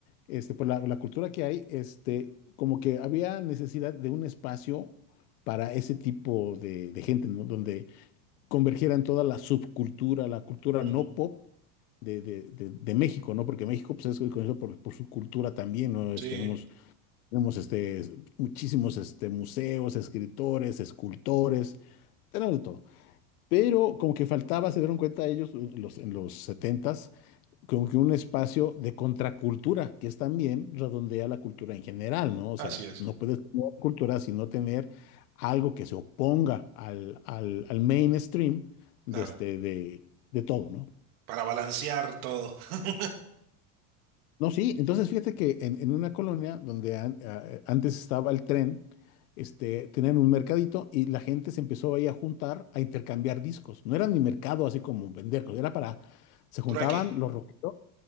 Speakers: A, on the left; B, on the right.
A: este, por la, la cultura que hay, este, como que había necesidad de un espacio para ese tipo de, de gente, ¿no? Donde convergieran toda la subcultura, la cultura
B: Ujú,
A: no pop de, de- de- de México, ¿no? Porque México, pues, es conocido por, por su cultura también, ¿no? Es-
B: Sí,
A: tenemos, tenemos, este, es- muchísimos, este, museos, escritores, escultores, tenemos de todo. Pero como que faltaba, se dieron cuenta ellos en los, en los 70 como que un espacio de contracultura, que es también redondea la cultura en general, ¿no? O
B: así
A: sea,
B: es,
A: no puedes tener cultura sino tener algo que se oponga al, al, al mainstream de,
B: claro.
A: este, de, de todo, ¿no?
B: Para balancear todo. <laughs>
A: No, sí, entonces fíjate que en, en una colonia donde an- a- antes estaba el tren, este, tenían un mercadito y la gente se empezó ahí a juntar, a intercambiar discos. No era ni mercado así como vender, era para, se juntaban
B: Trueque.
A: los rockeros